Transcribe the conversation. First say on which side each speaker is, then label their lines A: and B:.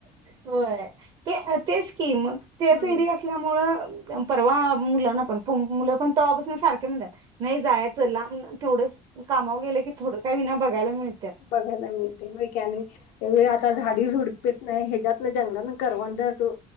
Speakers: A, on the right; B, on the left.
A: व्हय तेच ते की मग तेच
B: हम्म
A: एरिया असल्यामुळं परवा मुलांना पण मुलं पण तवापासून सारखे म्हणतात नाही जाया चला म्हणलं तेवढंच कामावर गेले की थोडं का होईना बघायला मिळ
B: बघायला मिळते. होय की आणि एवढी आता झाडी झुडपे नाही हेच्यात ते जंगलान करवंदाचं,